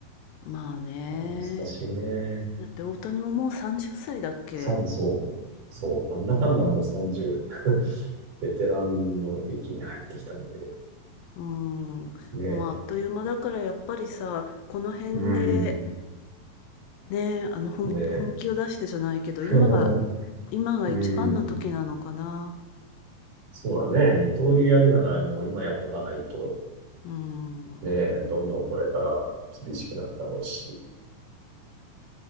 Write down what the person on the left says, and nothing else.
まあね。
だって大谷ももう30歳だっけ
うん。
もうあっという間だからやっぱりさ、この辺で
ね、あの本、
本気を出してじゃないけど、
今が、今が一番の時なのかな。
うん。